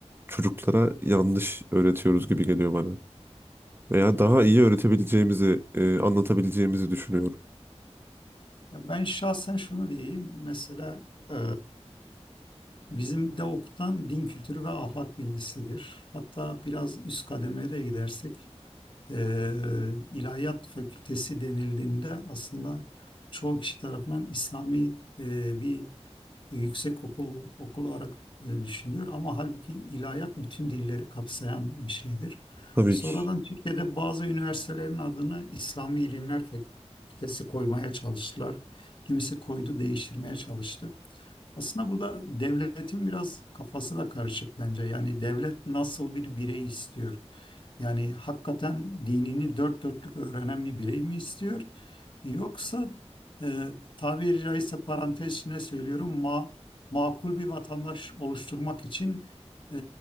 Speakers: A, on the right; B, on the left.
A: çocuklara yanlış öğretiyoruz gibi geliyor bana. Veya daha iyi öğretebileceğimizi, e, anlatabileceğimizi düşünüyorum.
B: Ya ben şahsen şunu diyeyim. Mesela e, bizim de okutan din kültürü ve ahlak bilgisidir. Hatta biraz üst kademeye gidersek e, ilahiyat fakültesi denildiğinde aslında çoğu kişi tarafından İslami e, bir e, yüksek okul okul olarak e, düşünülüyor ama halbuki ilahiyat bütün dilleri kapsayan bir şeydir.
A: Tabii
B: Sonradan
A: ki.
B: Türkiye'de bazı üniversitelerin adını İslami İlimler Fakültesi koymaya çalıştılar. Kimisi koydu, değiştirmeye çalıştı. Aslında burada devletin biraz kafası da karışık bence. Yani devlet nasıl bir birey istiyor? Yani hakikaten dinini dört dörtlük öğrenen bir birey mi istiyor? Yoksa e, tabiri caizse parantez içinde söylüyorum ma makul bir vatandaş oluşturmak için e,